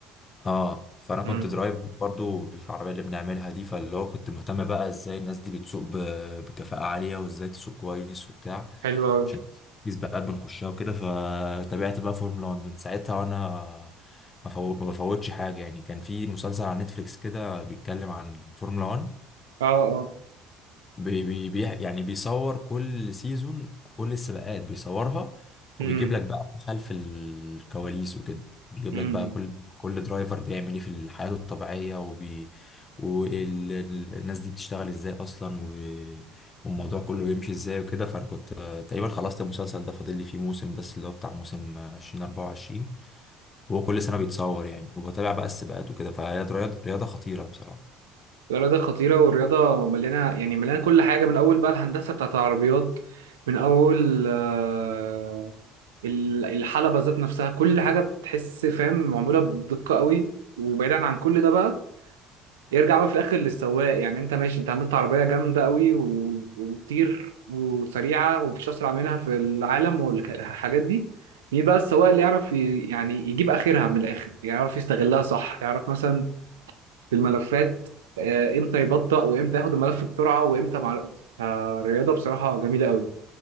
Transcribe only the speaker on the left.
اه فانا كنت
درايف برضو بالعربيه اللي بنعملها دي فاللي هو كنت مهتم بقى ازاي الناس دي بتسوق ب- بكفاءه عاليه وازاي تسوق كويس وبتاع
عشان سباقات بنخشها وكده فتابعت بقى فورمولا 1 من ساعتها وانا ما فو- ما بفوتش حاجه يعني كان في مسلسل على نتفليكس كده بيتكلم عن الفورمولا 1
بي بي بي- يعني بيصور كل سيزون كل السباقات بيصورها
وبيجيب لك بقى خلف الكواليس وكده بيجيب
لك بقى
كل كل درايفر بيعمل ايه في حياته الطبيعية وبي والناس دي بتشتغل ازاي اصلا و... والموضوع كله بيمشي ازاي وكده فانا كنت آه، تقريبا خلصت المسلسل ده فاضل لي فيه موسم بس اللي هو بتاع موسم آه، 2024 وهو كل سنة بيتصور يعني وبتابع بقى السباقات وكده فهي رياض- رياضة خطيرة بصراحة